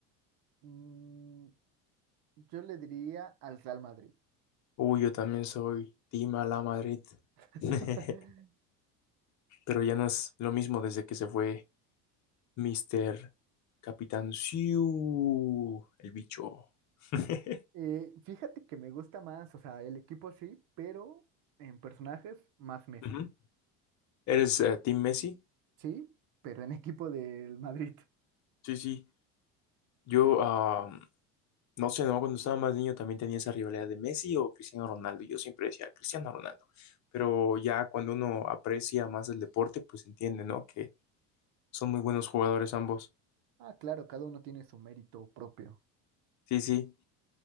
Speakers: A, on the right; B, on the left.
A: mm, yo le diría al Real Madrid.
B: Uy, yo también soy Team Ala Madrid,
A: <laughs>
B: <laughs> pero ya no es lo mismo desde que se fue Mister Capitán Siu, el bicho. <laughs>
A: Eh, fíjate que me gusta más, o sea, el equipo sí, pero en personajes más Messi.
B: Ujú. ¿Eres eh, Team Messi?
A: Sí, pero en equipo del Madrid.
B: Sí, sí. Yo, ah, no sé, ¿no? Cuando estaba más niño también tenía esa rivalidad de Messi o Cristiano Ronaldo. Yo siempre decía Cristiano Ronaldo. Pero ya cuando uno aprecia más el deporte, pues entiende, ¿no? Que son muy buenos jugadores ambos.
A: Ah, claro, cada uno tiene su mérito propio.
B: Sí, sí.